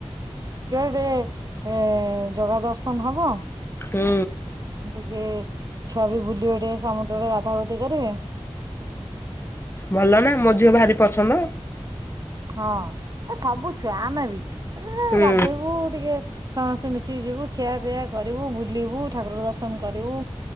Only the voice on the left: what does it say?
ହୁଁ।
ଭଲ ନା ମୋ ଝିଅ ଭାରି ପସନ୍ଦ।
ହୁଁ